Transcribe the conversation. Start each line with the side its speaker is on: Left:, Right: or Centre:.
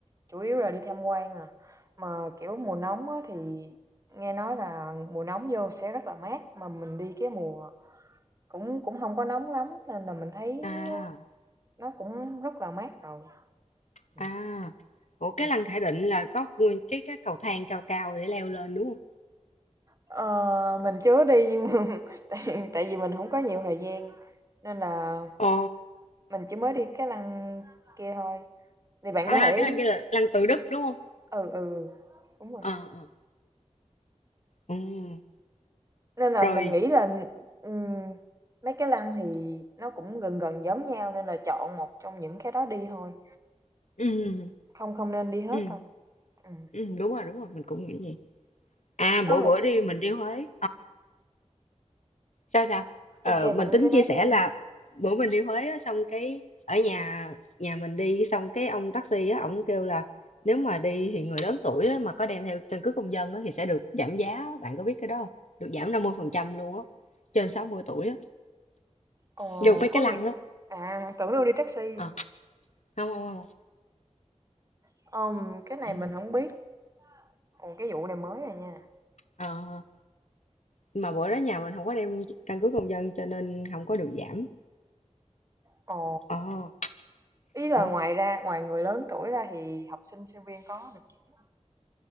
Right: chủ yếu là đi tham quan à. Mà, kiểu, mùa nóng á thì nghe nói là mùa nóng vô sẽ rất là mát, mà mình đi cái mùa cũng cũng không có nóng lắm nên là mình thấy
Left: À,
Right: á nó cũng rất là mát rồi. Ừm,
Left: À, ủa cái
Right: ừm.
Left: lăng Khải Định là có nguyên cái cái cầu thang cao cao để leo lên đúng không?
Right: Ờ, mình chưa đi nhưng mà <laughs> tại tại vì mình không có nhiều thời gian nên là
Left: Ồ,
Right: mình chỉ mới đi cái lăng kia thôi, thì bạn
Left: à
Right: có thể
Left: cái lăng kia là lăng Tự Đức đúng không?
Right: ừ, ừ, đúng rồi.
Left: Ờ, ờ, ừ,
Right: Nên là
Left: rồi,
Right: mình nghĩ là, ừm, mấy cái lăng thì nó cũng gần gần giống nhau nên là chọn một trong những cái đó đi thôi,
Left: ừ,
Right: không không nên đi hết
Left: ừ,
Right: đâu. Ừm.
Left: ừ, đúng rồi, đúng rồi, mình cũng nghĩ vậy. À,
Right: Có
Left: bữa
Right: một
Left: bữa đi mình đi Huế, sao sao ờ,
Right: ok
Left: mình
Right: bạn
Left: tính
Right: cứ nói
Left: chia sẻ
Right: tiếp đi.
Left: là bữa mình đi Huế á, xong cái ở nhà nhà mình đi xong cái ông taxi á ổng kêu là nếu mà đi thì người lớn tuổi á, mà có đem theo căn cước công dân á, thì sẽ được giảm giá á. bạn có biết cái đó không được giảm 50 phần trăm luôn á trên 60 tuổi á
Right: Ờ,
Left: được mấy cái
Right: có nghĩa
Left: lăng á
Right: à, tưởng đâu đi taxi,
Left: Ờ, không không không
Right: ờm, cái này
Left: Ừ.
Right: mình không biết, ồ, cái vụ này mới à nha.
Left: Ờ, mà bữa đó nhà mình không có đem căn cước công dân cho nên không có được giảm
Right: Ồ,
Left: Ờ,
Right: ý là
Left: ủa
Right: ngoài ra ngoài người lớn tuổi ra thì học sinh, sinh viên có được giảm